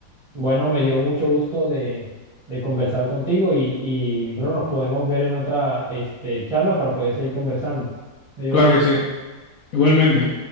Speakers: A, on the right; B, on the left.
A: Bueno, me dio mucho gusto de, de conversar contigo y, y, bro, nos podemos ver en otra este, charla para poder seguir conversando. Me dio
B: Claro
A: gusto.
B: que sí. Igualmente.